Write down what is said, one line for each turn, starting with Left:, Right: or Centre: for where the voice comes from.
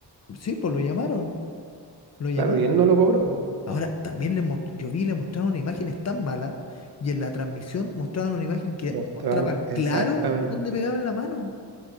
Left: Sí, pues lo llamaron, lo llamaron.
Right: claro, y él no lo cobró. po.
Left: Ahora, también le mos- yo vi, le mostraron imágenes tan malas, y en la transmisión mostraban una imagen que
Right: Mostrar
Left: mostraba
Right: exactamente.
Left: claro dónde pegaban la mano.